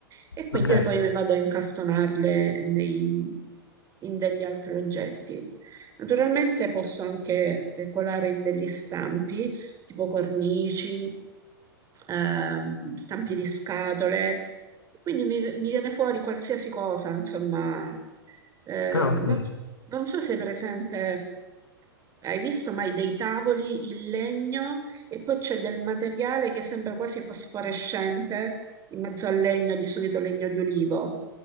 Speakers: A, on the right (about 30°); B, on the left (about 85°).
A: E quindi
B: ok,
A: le- poi le vado a incastonarle nei- in degli altri oggetti. Naturalmente posso anche eh, colare in degli stampi, tipo cornici, ehm, stampi di scatole, quindi mi, mi viene fuori qualsiasi cosa, insomma. Eh,
B: ah,
A: non,
B: ok,
A: s- non so se è presente, hai visto mai dei tavoli in legno e poi c'è del materiale che sembra quasi fosforescente in mezzo al legno, di solito legno di olivo.